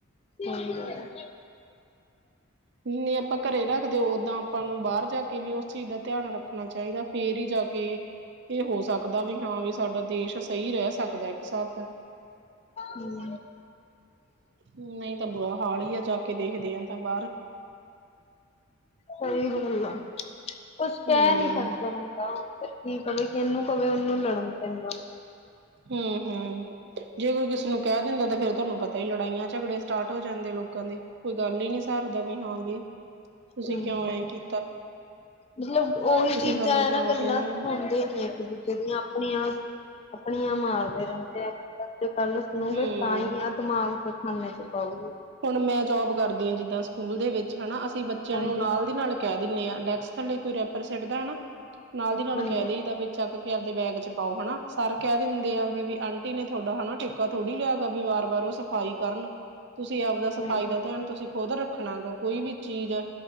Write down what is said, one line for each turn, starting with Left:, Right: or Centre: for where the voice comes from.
Left: ਹੂੰ <unintelligible>
Right: ਜਿੰਨੀ ਆਪਾਂ ਘਰੇ ਰੱਖਦੇ ਓਦਾਂ ਆਪਾਂ ਨੂੰ ਬਾਹਰ ਜਾ ਕੇ ਵੀ ਉਸ ਚੀਜ਼ ਦਾ ਧਿਆਨ ਰੱਖਣਾ ਚਾਹੀਦਾ ਫੇਰ ਹੀ ਜਾ ਕੇ ਇਹ ਹੋ ਸਕਦਾ ਵੀ ਹਾਂ ਵੀ ਸਾਡਾ ਦੇਸ਼ ਸਹੀ ਰਹਿ ਸਕਦਾ ਇੱਕ ਸਾਬ ਦਾ।
Left: ਹੂੰ <unintelligible>
Right: ਨਹੀਂ ਤਾਂ ਬੁਰਾ ਹਾਲ ਹੀ ਆ ਜਾ ਕੇ ਦੇਖਦੇ ਆ ਤਾਂ ਬਾਹਰ।
Left: ਸਹੀ ਗੱਲ ਆ, ਕੁਛ
Right: ਹੂੰ
Left: ਕਹਿ ਨੀ ਸਕਦਾ ਬੰਦਾ। ਫਿਰ ਕੀ ਕਵੇ ਇਹਨੂੰ ਕਵੇ ਉਹਨੂੰ ਲੜਨ ਪੈਂਦਾ।
Right: ਹੂੰ-ਹੂੰ, ਜੇ ਕੋਈ ਕਿਸੇ ਨੂੰ ਕਹਿ ਦਿੰਦਾ ਤਾਂ ਫੇਰ ਤੁਹਾਨੂੰ ਪ ਤਾਂ ਲੜਾਈਆਂ ਝਗੜੇ ਸਟਾਰਟ ਹੋ ਜਾਂਦੇ ਲੋਕਾਂ ਦੇ। ਕੋਈ ਗੱਲ ਹੀ ਨੀ ਸਹਾਰਦਾ ਵੀ ਹਾਂ ਬਈ, ਤੁਸੀਂ
Left: ਹੂੰ
Right: ਕਿਉਂ ਆਏ ਕੀ
Left: ਮਤਲਬ ਉਹੀ ਚੀਜ਼ਾਂ
Right: ਸਾਨੂੰ
Left: ਹੈ
Right: ਕਿਉਂ
Left: ਨਾ ਗੱਲਾਂ,
Right: ਕਹਿੰਦੇ ਹੋ
Left: ਹੁਨ ਦਾ ਨੀ ਏ ਇੱਕ-ਦੂਜੇ ਦੀਆਂ ਆਪਣੀਆਂ, ਆਪਣੀਆਂ ਮਾਰਦੇ ਰਹਿੰਦੇ ਅਜਕੱਲ। ਸੁਣੋਗੇ
Right: ਹੂੰ
Left: ਤਾਂ ਹੀ ਆ ਦਿਮਾਗ 'ਚ ਖਾਨੇ 'ਚ ਪਾਉਗੀ।
Right: ਹੁਣ ਮੈਂ ਜੋਬ ਕਰਦੀ ਹਾਂ ਜਿੱਦਾਂ ਸਕੂਲ ਦੇ ਵਿੱਚ ਹਨਾ ਅਸੀਂ ਬੱਚਿਆਂ
Left: ਹਾਂਜੀ
Right: ਨੂੰ ਨਾਲ ਦੀ ਨਾਲ ਕਹਿ ਦਿੰਨੇ ਆ ਡੈਕਸ ਥੱਲੇ ਕੋਈ ਰੈਪਰ ਸਿੱਟਦਾ ਹੈ ਨਾ, ਨਾਲ ਦੀ ਨਾਲ
Left: ਹਾਂਜੀ
Right: ਕਹਿ ਦੇਈ ਦਾ ਵੀ ਚੱਕ ਕੇ ਆਪਦੇ ਬੈਗ 'ਚ ਪਾਓ ਹਨਾ ਸਰ ਕਹਿ ਦਿੰਦੇ ਆ ਅਖੇ ਵੀ ਆਂਟੀ ਨੇ ਥੋਡਾ ਹਨਾ ਠੇਕਾ ਥੋੜੀ ਲਿਆ ਕਰ ਵੀ ਵਾਰ-ਵਾਰ ਉਹ ਸਫ਼ਾਈ ਕਰਨ। ਤੁਸੀਂ ਆਵਦਾ ਸਫ਼ਾਈ
Left: ਹਾਂਜੀ
Right: ਦਾ ਧਿਆਨ ਤੁਸੀਂ ਖੁਦ ਰੱਖਣਾ ਗਾ ਕੋਈ ਵੀ ਚੀਜ਼ ਆ